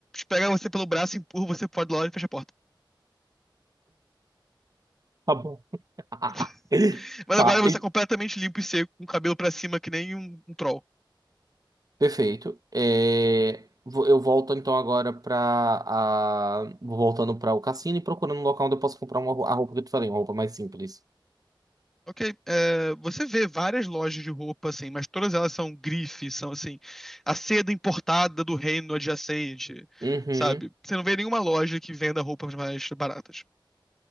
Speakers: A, in the centre; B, on the right.
A: Pega você pelo braço, empurra você pro lado e fecha a porta.
B: Tá bom. <laughs>
A: <laughs> Mas
B: Tá,
A: agora você
B: e-
A: é completamente limpo e seco, com o cabelo pra cima que nem um, um troll.
B: perfeito. É, vo- eu volto então agora pra. A, vou voltando pra o cassino e procurando um local onde eu posso comprar uma, ro- a roupa que eu te falei, uma roupa mais simples.
A: Ok, é, você vê várias lojas de roupa, assim, mas todas elas são grife, são assim, a seda importada do reino adjacente,
B: Uhum.
A: sabe? Você não vê nenhuma loja que venda roupas mais baratas.